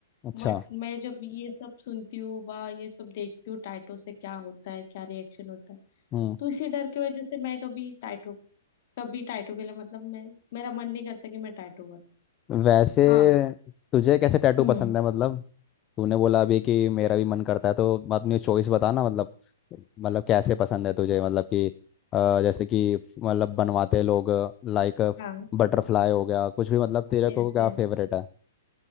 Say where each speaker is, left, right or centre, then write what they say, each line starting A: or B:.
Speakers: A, on the left (about 25°); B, on the left (about 45°).
A: अच्छा
B: बट मैं जब ये सब सुनती हूँ बा ये सब देखती हूँ टाइटो से क्या होता है क्या रिएक्शन होता है
A: हम्म
B: तो इसी डर की वजह से मैं कभी टाइटो कभी टाइटो के लिए मतलब मैं मेरा मन नहीं करता कि मैं टाइटो कर
A: वैसे
B: हाँ
A: तुझे कैसे टैटू
B: हम्म
A: पसंद है मतलब तूने बोला अभी कि मेरा भी मन करता है तो अपनी चॉइस बता ना मतलब मतलब कैसे पसंद है तुझे मतलब कि अ, जैसे कि फ- मतलब बनवाते लोग लाइक
B: हाँ
A: बटरफ्लाई हो गया कुछ भी मतलब तेरे को
B: Yes
A: क्या
B: yes
A: फेवरेट है